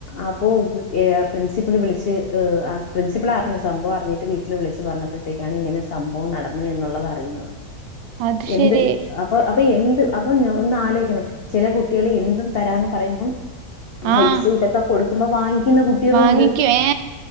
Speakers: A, on the left (about 70°); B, on the right (about 80°).
A: അപ്പൊ വ് ഏ പ്രിൻസിപ്പിൾ വിളിച്ച് ഈ ആ പ്രിൻസിപ്പിൾ അറിഞ് സംഭവം അറിഞ്ഞിട്ട് വീട്ടിൽ വിളിച്ച് പറഞ്ഞ. പ്പോഴത്തേക്കാണ് ഇങ്ങനെ സംഭവം നടന്ന് എന്നുള്ളത് അറിയുന്നത്
B: അത്
A: എന്ത്
B: ശരി.
A: അ ഓ അപ്പോ എന്ത് അപ്പൊന്ന് ഒന്ന് ആലോയ്ക്കണം. ചെലേ കുട്ട്യാള് എന്തും തരാന്ന് പറയുമ്പോ. പൈസീം
B: ആഹ്
A: ഇതൊക്കെ കൊടുക്കുമ്പോ വാങ്ങിക്കുന്ന കുട്ട്യേളും
B: വാങ്ങിക്കും
A: ഉണ്ട്.
B: ഏ